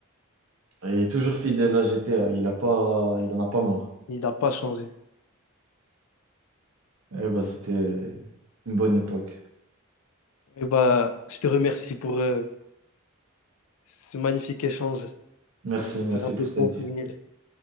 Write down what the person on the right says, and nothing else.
Il est toujours fidèle à GTA. Il a pas, il en a pas marre.
Eh ben, c'était une bonne époque.
Merci,
merci
pour
cette
discussion.